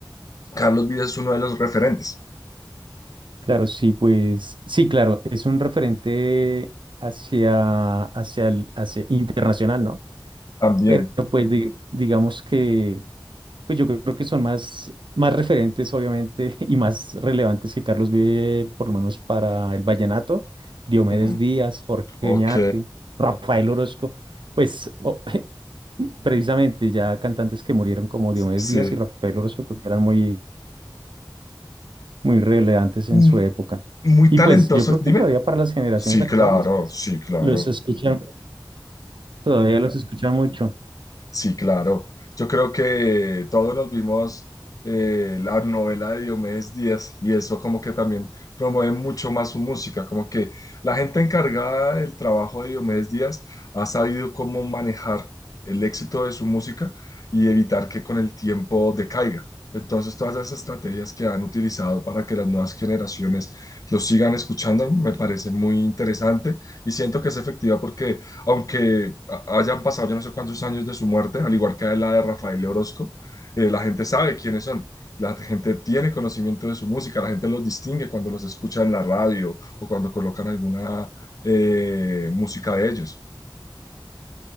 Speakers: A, on the left (about 45°); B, on the right (about 70°).
A: Carlos Vives es uno de los referentes
B: Claro, sí, pues, sí, claro, es un referente hacia, hacia el, hacia internacional, ¿no?
A: también.
B: pero pues di- digamos que pues yo creo que son más, más referentes, obviamente, <laughs> y más relevantes que Carlos Vive, por lo menos para el vallenato. Diomedes
A: Ujú.
B: Díaz, Jorge
A: Ok,
B: Oñate, Rafael Orozco, pues o- <laughs> precisamente ya cantantes que murieron como Diomedes
A: sí.
B: Díaz y Rafael Orozco, creo que eran muy, muy relevantes en
A: Mm,
B: su época.
A: Muy
B: Y
A: talentoso,
B: pues yo creo
A: dime.
B: que todavía para las generaciones
A: Sí,
B: actuales,
A: claro,
B: pues
A: sí, claro.
B: los escuchan, todavía los escuchan mucho.
A: Sí, claro. Yo creo que todos nos vimos eh, la novela de Diomedes Díaz y eso como que también promueve mucho más su música, como que la gente encargada del trabajo de Diomedes Díaz ha sabido cómo manejar el éxito de su música y evitar que con el tiempo decaiga. Entonces, todas esas estrategias que han utilizado para que las nuevas generaciones lo sigan escuchando me parece muy interesante y siento que es efectiva porque aunque a- hayan pasado yo no sé cuántos años de su muerte, al igual que la de Rafael Orozco, eh, la gente sabe quiénes son. La gente tiene conocimiento de su música, la gente los distingue cuando los escucha en la radio o cuando colocan alguna eh, música de ellos.